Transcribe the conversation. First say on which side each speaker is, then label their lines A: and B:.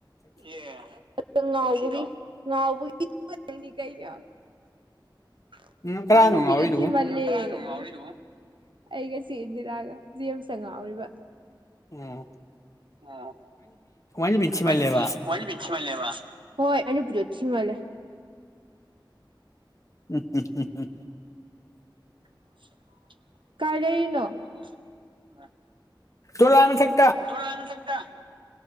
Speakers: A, on the right (about 80°); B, on the left (about 40°).
A: ꯑꯦ ꯆꯛꯊꯤꯗꫭ ꯉꯥꯎꯕꯒꯤ ꯉꯥꯎꯕꯒꯤ <unintelligible> ꯀꯩꯅꫭ <unintelligible>
B: ꯎꯝ ꯀꯅꯥꯅꯣ
A: ꯃꯥꯏ ꯅꯨꯄꯤꯗꯨ
B: ꯉꯥꯎꯔꯤꯗꯨꯕꯨ
A: ꯊꯤ ꯃꯜꯂꯦ ꯂꯥꯡꯒꯅꯨ ꯉꯥꯏꯎꯔꯤꯗꯨꯕꯨ ꯑꯩꯒ ꯆꯦ ꯏꯟꯗꯤꯔꯥꯒ ꯖꯦꯝꯇ ꯉꯥꯎꯔꯤꯕ
B: ꯎꯝ
A: ꯑꯣ
B: ꯅꯨꯄꯤ ꯊꯤꯃꯜꯂꯦꯕ
A: ꯃꯥꯏꯅꯨꯄꯤ ꯃꯥꯏꯅꯨꯄꯤ ꯊꯤꯃꯜ ꯂꯦꯕ ꯍꯣꯏ ꯑꯗꯨ ꯅꯨꯄꯤꯗꫭ ꯊꯤꯃꯜꯂꯦ <unintelligible>
B: ꯎꯝ ꯎꯝ ꯎꯝ ꯎꯝ
A: <unintelligible> ꯀꯥꯏ ꯂꯩꯔꯤꯅꫭ ꯑ
B: ꯇꯨꯂꯥ ꯃꯊꯛ
A: ꯇꯨꯂꯥ ꯃꯊꯛꯇ